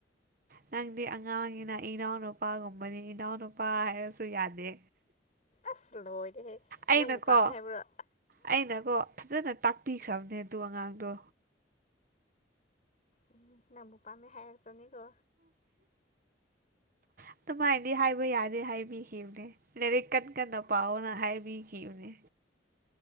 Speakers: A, on the right; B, on the left.
A: ꯅꯪꯗꯤ ꯑꯉꯥꯡꯅꯤꯅ ꯏꯅꯥꯎꯅꯨꯄꯥꯒꯨꯝꯕꯅꯤ ꯏꯅꯥꯎꯅꯨꯄꯥ ꯍꯥꯏꯔꯁꯨ ꯌꯥꯗꯦ
B: ꯑꯁ ꯂꯣꯏꯔꯦꯍꯦ
A: ꯑꯩꯅꯀꯣ
B: ꯅꯪꯕꯨ ꯄꯝꯃꯦ ꯍꯥꯏꯕ꯭ꯔꯣ
A: ꯑꯩꯅꯀꯣ ꯐꯖꯅ ꯇꯥꯛꯄꯤꯈ꯭ꯔꯕꯅꯦ ꯑꯗꯨ ꯑꯉꯥꯡꯗꯨ
B: ꯎꯝ ꯅꯡꯕꯨ ꯄꯥꯝꯃꯦ ꯍꯥꯏꯔꯛ ꯆꯥꯅꯤꯀꯣ
A: ꯑꯗꯨꯃꯥꯏꯅꯗꯤ ꯍꯥꯏꯕ ꯌꯥꯗꯦ ꯍꯥꯏꯕꯤꯈꯤꯕꯅꯦ ꯂꯥꯏꯔꯤꯛ ꯀꯟ ꯀꯟꯅ ꯄꯥꯎꯋꯣꯅꯥ ꯍꯥꯏꯕꯤꯈꯤꯕꯅꯦ